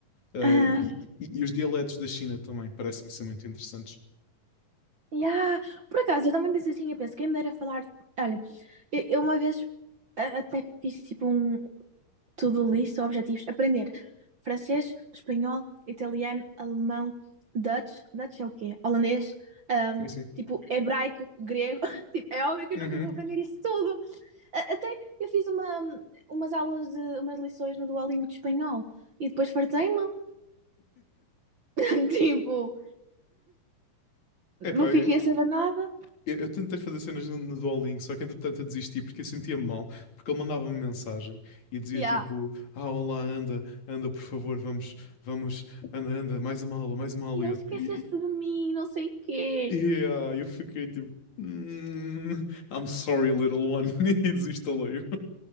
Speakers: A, on the left; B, on the right.
A: Uh,
B: Aham.
A: e, e- e os dialetos da China também parecem-me ser muito interessantes.
B: Yeah. Por acaso, eu também penso assim, eu penso, quem me dera falar... Olha, eu, eu uma vez a- até fiz tipo um to-do list ou objetivos. Aprender francês, espanhol, italiano, alemão, Dutch. Dutch é o quê? Holandês. ahm,
A: Sim, sim.
B: tipo, hebraico, grego. <laughs> Tipo, é óbvio que
A: Uhum.
B: eu nunca vou aprender isso tudo. A- Até eu fiz uma, umas aulas de umas lições no Duolingo de espanhol e depois fartei-me. <laughs> Tipo, não
A: Epá,
B: fiquei
A: eu,
B: a saber nada.
A: eu- eu tentei fazer cenas no, no Duolingo, só que entretanto eu desisti porque eu sentia-me mal, porque ele mandava-me mensagem e dizia
B: Yeah.
A: tipo, ah, olá, anda, anda, por favor, vamos, vamos, anda, anda, mais uma aula, mais uma aula.
B: E
A: E
B: ele
A: eu,
B: esqueceste
A: e-
B: de mim, não sei o quê.
A: e- e, ah, eu fiquei tipo, "Hmm, I'm sorry, little one, <laughs> e desinstalei-o.